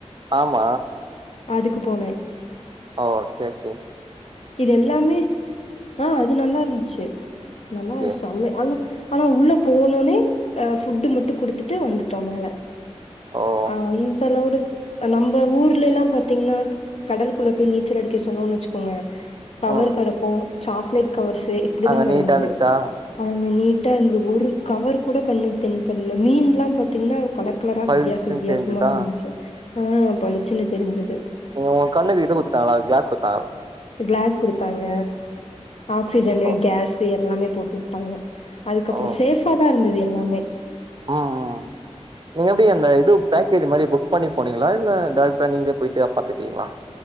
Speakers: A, on the right; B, on the left.
A: ஆமா
B: அதுக்கு போனே
A: ஓ சேர் சேர்
B: இது எல்லாமே ஆ அது நல்லாருந்துச்சு நல்லா
A: ஓகே
B: செமை ஆனா ஆனா உள்ள போனவுன்னே அ ஃபுட்டு மட்டு குடுத்துட்டு வந்துட்டோ மேல
A: ஓ ஓ
B: ஆ இந்த லவுலுக்கு நம்ம ஊர்லலா பாத்தீங்ன்னா கடலுக்குள்ள போய் நீச்சல் அடிக்க சொன்னோன் வச்சுக்கோங்க பவர்
A: ம்
B: கெடக்கு சாக்லேட் கவர்ஸ்ஸு இப்படிதா
A: அங்க
B: கெடந்தது
A: நீட்டா இருந்துச்சா
B: அதே மார் நீட்டா இந்தது ஒரு கவர் கூட கண்ணுக்கு தென் பண்ல மீன்லா பாத் தீங்னா கலர் கலரா
A: பளிச்சுன்னு
B: வித்தியாச வித்தியாசமா
A: தெரிஞ்சுதா
B: இருந்துச்சு ஆ பளுச்சின்னு தெரிஞ்சுது
A: நீங்க உ கண்ணுக்கு இது குட்த்துட்டாங்களா க்ளாஸ் குட்
B: க்ளாஸ் குடுத்தாங்க ஆக்சிஜனு
A: ஓ
B: கேஸ் இது எல்லாமே போட்டு உட்டாங்க அதுக்கப்பறோ
A: ஓ
B: சேஃபா தா இருந்தது எல்லாமே
A: அ அ அ நீங்க எப்டி அந்த இது பேக்கேஜ் மாரி புக் பண்ணி போனீங்ளா இல்ல டேரட்டா நீங்களே போயிட்டு அப் பாத்துட்டீங்ளா